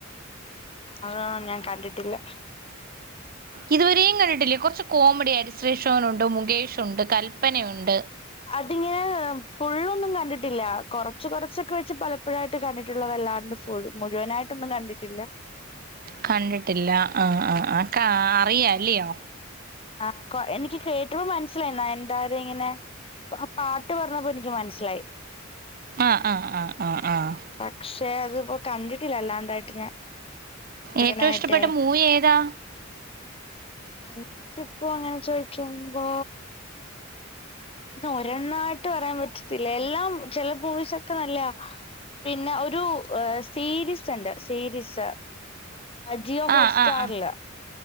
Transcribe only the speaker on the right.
ഇതുവരെയും കണ്ടിട്ടില്ലേ കുറച്ച് കോമഡി അരിശ്രീ ശോനുണ്ട് മുകേഷുണ്ട് കല്പനയുണ്ട്
കണ്ടിട്ടില്ല ആഹ് ആഹ് ആഹ് കാ അറിയാം അല്ലയോ
ആഹ് ആഹ് ആഹ് ആഹ് ആഹ്
ഏറ്റവും ഇഷ്ടപ്പെട്ട മൂവി ഏതാ
ആ
ആ ആ